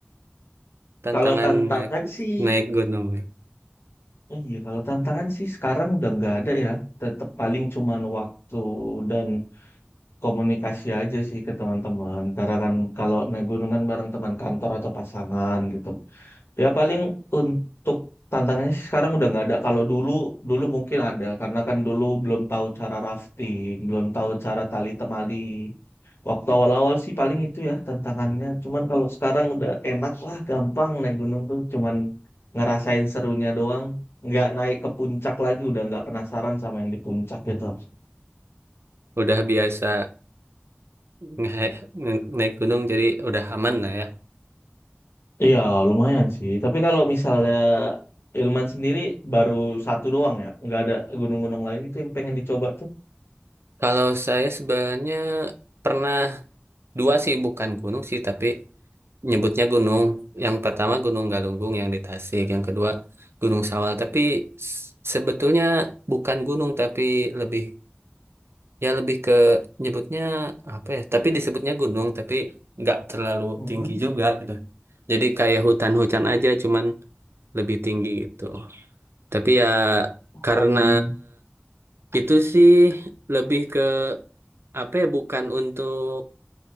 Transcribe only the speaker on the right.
tantangan
naik,
naik gunung nih
Mhm.
udah biasa nge- nge- naik gunung jadi udah aman lah ya
kalau saya sebenarnya pernah Dua sih bukan gunung sih tapi nyebutnya gunung. Yang pertama Gunung Galunggung yang di Tasik, yang kedua Gunung Sawal. Tapi s- sebetulnya bukan gunung tapi lebih ya lebih ke nyebutnya apa ya? Tapi disebutnya gunung tapi nggak terlalu tinggi
juga gitu. Jadi kayak hutan-hutan aja cuman lebih tinggi gitu. Tapi ya karena
itu sih lebih ke apa ya bukan untuk